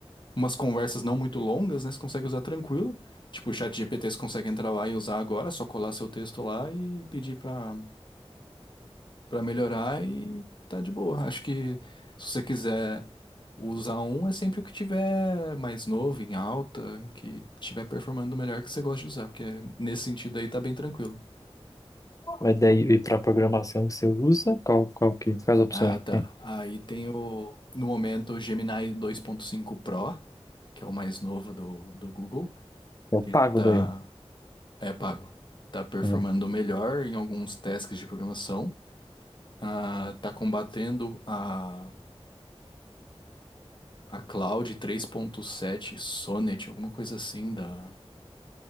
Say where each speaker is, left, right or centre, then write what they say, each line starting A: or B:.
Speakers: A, on the left; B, on the left.
A: umas conversas não muito longas, né? Você consegue usar tranquilo. Tipo, o chat GPT você consegue entrar lá e usar agora, é só colar seu texto lá e pedir pra, pra melhorar e tá de boa. <laughs> Acho que se você quiser usar um, é sempre o que tiver mais novo, em alta, que tiver performando melhor que você gosta de usar, porque nesse sentido aí tá bem tranquilo.
B: Mas daí, e para programação que você usa, qual, qual que, quais opções
A: Ah, tá.
B: que tem?
A: Aí tem o, no momento, o Gemini 2.5 Pro, que é o mais novo do, do Google,
B: Eu
A: que
B: pago
A: tá
B: daí.
A: É pago. Tá performando
B: Hum.
A: melhor em alguns tasks de programação. Ah, tá combatendo a, a Cloud três ponto sete Sonnet, alguma coisa assim da,